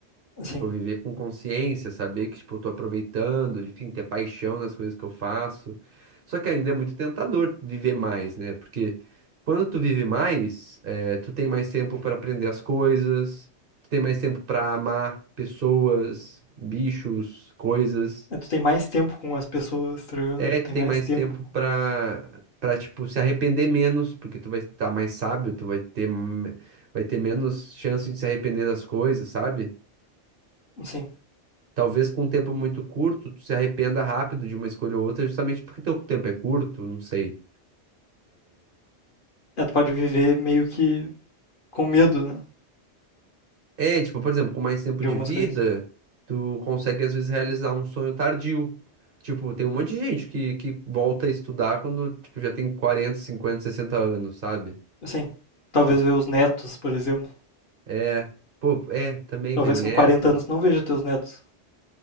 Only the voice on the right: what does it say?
Tipo,
viver com consciência, saber que, tipo, eu tô aproveitando, enfim, ter paixão nas coisas que eu faço. Só que ainda é muito tentador viver mais, né? Porque quando tu vive mais, eh, tu tem mais tempo para aprender as coisas, tu tem mais tempo para amar pessoas, bichos, coisas.
É, tu
tem
mais
tempo pra, pra, tipo, se arrepender menos, porque tu vai estar mais sábio, tu vai ter, me- vai ter menos chance de se arrepender das coisas, sabe?
Talvez com um tempo muito curto, tu se arrependa rápido de uma escolha ou outra, justamente porque teu tempo é curto, não sei.
É, tipo, por exemplo, com mais tempo
de
vida,
tu consegue às vezes realizar um sonho tardio. Tipo, tem um monte de gente que, que volta a estudar quando, tipo, já tem 40 50 60 anos, sabe?
Tipo,
é, pô, é, também
Venetos.